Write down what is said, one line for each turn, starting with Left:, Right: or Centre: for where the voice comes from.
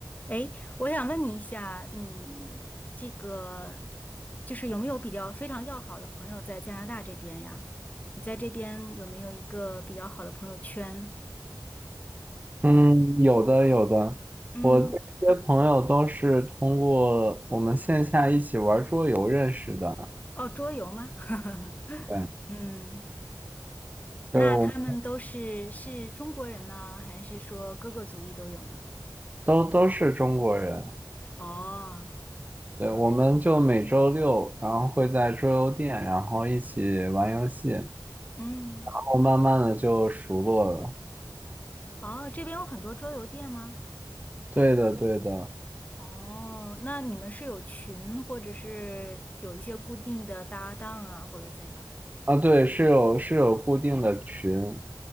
Left: 诶，我想问你一下，你这个就是有没有比较非常要好的朋友在加拿大这边呀？你在这边有没有一个比较好的朋友圈？
Right: 嗯，有的有的，
Left: 嗯，
Right: 我这些朋友都是通过我们线下一起玩桌游认识的。
Left: 哦，桌游吗？<laughs>
Right: 对，
Left: 嗯，
Right: 就是我
Left: 那他们都是是中国人呢，还是说各个族裔都有呢？
Right: 都都是中国人。
Left: 哦，
Right: 对，我们就每周六，然后会在桌游店，然后一起玩游戏，然
Left: 嗯，
Right: 后慢慢的就熟络了。
Left: 哦，这边有很多桌游店吗？
Right: 对的，对的。
Left: 哦，那你们是有群，或者是有一些固定的搭档啊，或者怎样？
Right: 啊，对，是有是有固定的群，